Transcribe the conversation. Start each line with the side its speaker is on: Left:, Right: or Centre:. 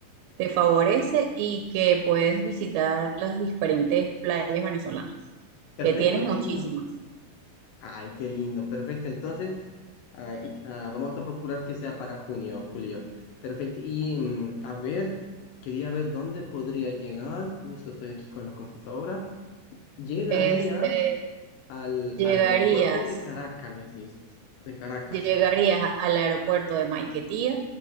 Right: te favorece y que puedes visitar las diferentes playas venezolanas,
Left: Perfecto,
Right: que tienes
Left: qué
Right: muchísimas.
Left: lindo. Ay, qué lindo, perfecto. Entonces, ah, y- ah, vamos a procurar que sea para junio, julio. Perfecto. Y mm, a ver, quería ver dónde podría llegar. Justo estoy aquí con la computadora. Llegaría
Right: Este,
Left: al
Right: llegarías,
Left: aeropuerto de Caracas, me dices. De Caracas.
Right: llegarías al aeropuerto de Maiquetía,